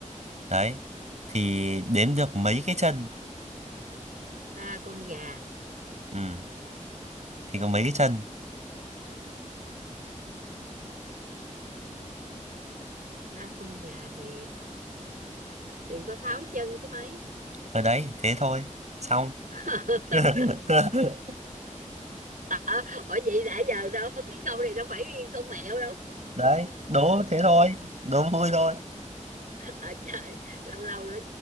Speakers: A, on the right; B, on the right.
A: đấy thì đếm được mấy cái chân
B: ba con gà
A: ừ thì có mấy cái chân
B: ba con gà thì thì có sáu chân chứ mấy
A: ở đấy thế thôi xong
B: <laughs>
A: <laughs>
B: Ờ, Ủa vậy đã giờ đâu cái câu này đâu phải câu mẹo đâu
A: đấy đố thế thôi đố vui thôi
B: ở trời lâu lâu nữa